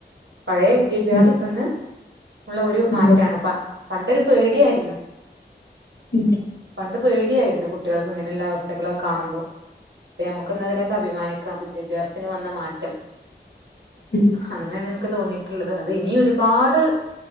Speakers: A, on the right; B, on the left.
A: പഴയ വിദ്യാഭ്യാസത്തിന്ന്
B: അതെ
A: ഉള്ള ഒരു മാറ്റാണ്
B: ഉം
A: ഇപ്പ പ ഒരു പേടിയായിരുന്നു.
B: ഉം
A: പണ്ട് പേടിയായിരുന്നു കുട്ടികൾക്ക് ഇങ്ങനെയുള്ള അവസ്ഥകളൊക്കെ കാണുമ്പോ. ഇപ്പ നമുക്ക് ഇന്നതിലൊക്കെ അഭിമാനിക്കാം വിദ്യാഭ്യാസത്തിന് വന്ന മാറ്റം.
B: ഉം
A: അങ്ങനെയാണ് എനിക്ക് തോന്നിയ ട്ടിള്ളത് അത് ഇനി ഒരുപാട്